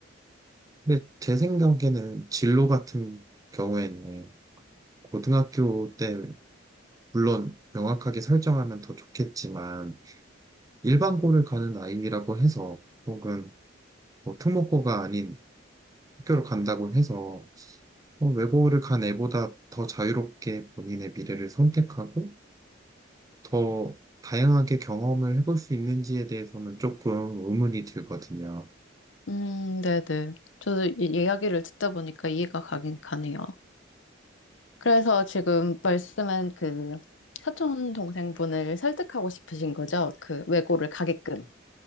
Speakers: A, on the right; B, on the left.
A: 근데 제 생각에는 진로 같은 경우에는 고등학교 때 물론 명확하게 설정하면 더 좋겠지만 일반고를 가는 아이라고 해서 혹은 뭐 특목고가 아닌 학교를 간다고 해서 어, 외고를 간 애보다 더 자유롭게 본인의 미래를 선택하고 더 다양하게 경험을 해볼 수 있는지에 대해서는 조금 의문이 들거든요.
B: 음, 네네. 저도 이 이야기를 듣다 보니까 이해가 가긴 가네요. 그래서 지금 말씀한 그 사촌 동생분을 설득하고 싶으신 거죠? 그 외고를 가게끔.